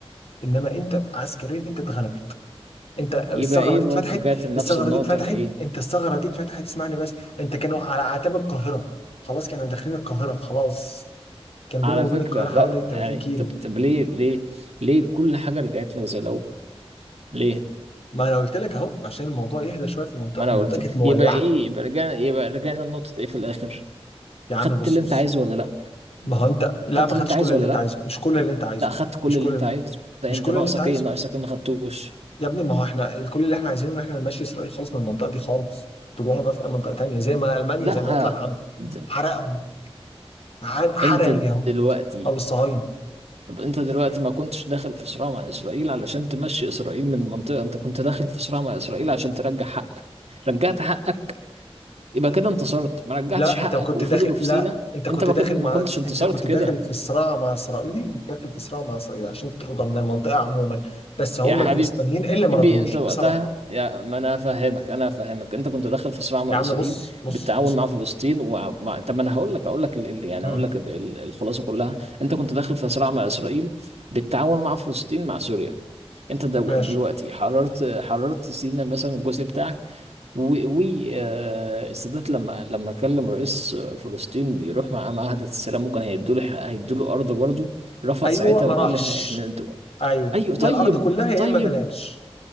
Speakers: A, on the left; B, on the right.
A: انما انت عسكريا انت اتغلبت انت الثغره
B: يبقى ايه
A: دي
B: برضو
A: اتفتحت
B: رجعت لنفس
A: الثغره
B: النقطة
A: دي اتفتحت
B: ايه
A: انت الثغره دي اتفتحت اسمعني بس انت كانوا على اعتاب القاهره خلاص كانوا داخلين القاهره خلاص كان بينهم
B: على
A: وبين
B: فكرة
A: القاهره
B: لا
A: حوالي 30
B: يعني
A: كيلو
B: طب طب ليه ليه ليه كل حاجة رجعت لك زي الاول ليه
A: ما انا قلت لك اهو عشان الموضوع يهدى شويه في المنطقه
B: ما انا
A: المنطقه
B: قلت
A: كانت مولعه
B: يبقى ايه يبقى رجعنا يبقى رجعنا لنقطة ايه في الاخر
A: يا عم
B: خدت
A: بص
B: اللي انت
A: بص
B: عايزه ولا لا
A: ما هو انت لا
B: خدت
A: ما
B: اللي
A: خدتش
B: انت عايزه
A: كل اللي
B: ولا
A: انت
B: لا
A: عايزه مش كل اللي انت عايزه
B: لا خدت كل
A: مش كل
B: اللي انت
A: اللي
B: عايزه ده
A: مش
B: انت
A: كل
B: ناقصك
A: اللي انت عايزه
B: ايه ناقصك ايه ما خدتوش
A: يا ابني ما هو احنا كل اللي احنا عايزينه ان احنا نمشي اسرائيل خالص من المنطقه دي خالص تروحوا بقى في اي منطقه تانيه زي ما المانيا
B: لا
A: زي ما هتلر عمل
B: د-
A: حرقهم ح- حرق
B: انت
A: اليهود
B: دلوقتي
A: او الصهاينه
B: طب انت دلوقتي ما كنتش داخل في صراع مع اسرائيل علشان تمشي اسرائيل من المنطقه انت كنت داخل في صراع مع اسرائيل عشان ترجع حقك رجعت حقك يبقى كده انتصرت ما رجعتش
A: لا
B: حقك
A: انت كنت
B: وفضلوا
A: داخل
B: في
A: لا
B: سينا
A: انت كنت
B: انت ما
A: داخل
B: كنت ما
A: مع
B: كنتش انتصرت
A: انت كنت
B: كده
A: داخل في صراع مع اسرائيل انت داخل في صراع مع اسرائيل عشان تاخدها من المنطقه عموما بس هم
B: يا حبيبي
A: الفلسطينيين اللي ما رضيوش
B: انت وقتها
A: بصراحه
B: يا ما انا فاهمك انا فاهمك انت كنت داخل في صراع مع
A: يا عم
B: اسرائيل
A: بص بص
B: بالتعاون
A: بص
B: مع فلسطين ومع مع... طب ما انا هقول لك هقول لك ال... ال- يعني
A: مم.
B: هقول لك ال... ال- الخلاصه كلها انت كنت داخل في صراع مع اسرائيل بالتعاون مع فلسطين مع سوريا انت دو-
A: ماشي
B: دلوقتي حررت حررت سينا مثلا الجزء بتاعك والسادات لما لما كلم رئيس فلسطين يروح معاه معاهدة السلام ممكن هيدوا له هيدوا له أرضه برضه رفض
A: ايوه
B: ساعتها
A: ما
B: وقال
A: راحش
B: احنا احنا انتوا
A: ايوه
B: ايوه طيب
A: يا الارض كلها يا
B: طيب
A: اما بلاش